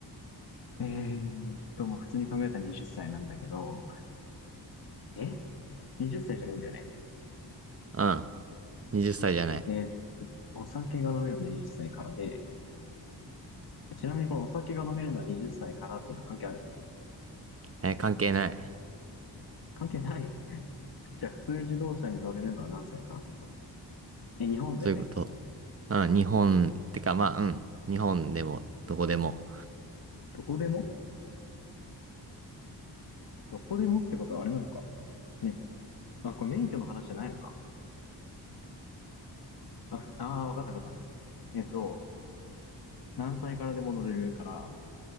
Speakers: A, on the left; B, on the right.
A: えーっと、まあ、普通に考えたら20歳なんだけど、え ?20 歳じゃないんだよね。
B: うん。20歳じゃない。
A: えーお酒が飲めるのは20歳からで、ちなみにこのお酒が飲めるのは20歳からっていうのは関係ある
B: え、関係ない。
A: 関係ない。じゃあ、普通自動車に乗れるのは何歳からってことえ、日本だよね。
B: そういうこと。うん、日本、てかまあ、うん。日本でも、どこでも。
A: どこでもどこでもってことはあれなのか。ね。あ、これ免許の話じゃないのか。あ、ふあー、わかったわかった。えっと、何歳からでも乗れるから、